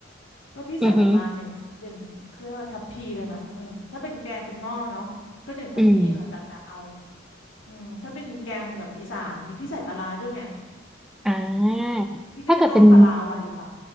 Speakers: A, on the left; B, in the centre.
A: ก็พี่ใส่ประมาณหนึ่งหนึ่งเขาเรียกว่าทัพพีเลยไหมเออถ้าเป็นแกงเป็นหม้อเนาะก็หนึ่งทัพพีค่ะกะกะเอา
B: อือหืออืม
A: อืมถ้าเป็นแกงกับอีสานนี่พี่ใส่ปลาร้าด้วยไง
B: อ่าถ้าเกิดเป็น
A: พี่ก็จะต้มปลาร้าไว้ค่ะ